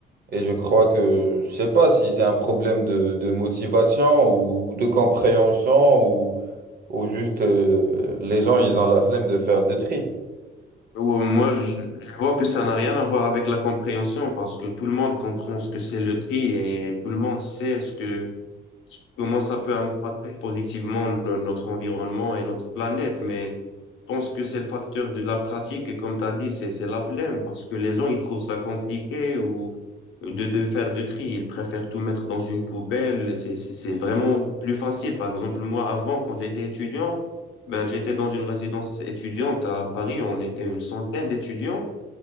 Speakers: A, on the right (about 50°); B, on the left (about 80°).
A: Et je crois que, je sais pas si c'est un problème de, de motivation ou, de compréhension ou, ou juste euh, les gens, ils ont la flemme de faire des tri.
B: Ouais, moi, je, je vois que ça n'a rien à voir avec la compréhension parce que tout le monde comprend ce que c'est le tri et tout le monde sait ce que comment ça peut impacter positivement no- notre environnement et notre planète, mais je pense que c'est le facteur de la pratique et comme tu as dit, c'est, c'est la flemme parce que les gens, ils trouvent ça compliqué ou de, de faire de tri, ils préfèrent tout mettre dans une poubelle, c'est, c'est c'est vraiment plus facile. Par exemple, moi, avant, quand j'étais étudiant, ben, j'étais dans une résidence étudiante à Paris, on était une centaine d'étudiants.